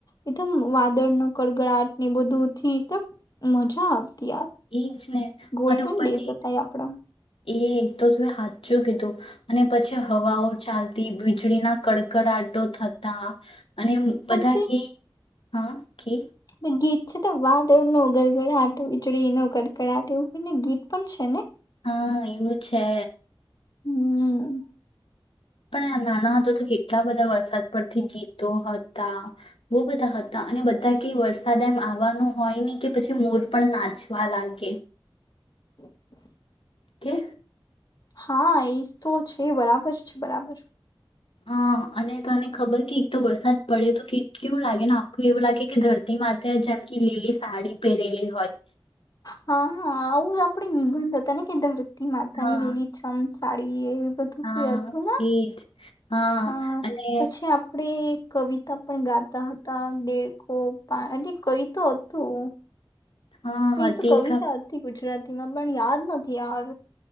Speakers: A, on the left; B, on the left.
A: એકદમ વાદળ ન કડગડાટ ને બધુંથી એકમ મજા આવે યાર
B: એજ ને
A: ગોલ્ડન
B: અને ઉપરથી
A: ડેસ હતા અ આપણા
B: એ એક તો હાચું કીધું અને પછી હવાઓ ચાલતી વીજળીના કડકડાટો થતા અને એમ
A: પછી
B: બધા કે હા કી
A: એ ગીત છે તો વાદળ નો ગરગડાટ વીજળી નો ગડગડાટ એવું કોઈને ગીત પણ છે ને
B: હા એવું છે
A: હમ
B: પણ નાના હતા તો કેટલા બધા વરસાદ પરથી ગીતો હતા બહુ બધા હતા અને બધા ક વરસાદ એમ આવવાનું હોય ને કે પછી મોર પણ નાચવા લાગે
A: <inaudible>
B: કે
A: હા એજ તો છે બરાબર છે બરાબર
B: હા અને તને ખબર કે એક તો વરસાદ પડે તો કેટ કેવું લાગે ને આખું એવું લાગે કે ધરતી માતા જેમ કે લીલી સાડી પહેરેલી હોય
A: હા આવઉ આપડી <unintelligible> બંધ તને કેદાર માતા
B: હા
A: ની લીલી છમ સાડી એ બધું
B: હા
A: કઈ હતું ન
B: એજ હા
A: હ
B: અને
A: પછી આપડે કવિતા પણ ગાતા હતા દેડકો અલી કઈ તો હતું
B: હા
A: કઈ
B: હતી
A: તો કવિતા
B: ખતી
A: હતી ગુજરાત પણ યાદ નથી યાર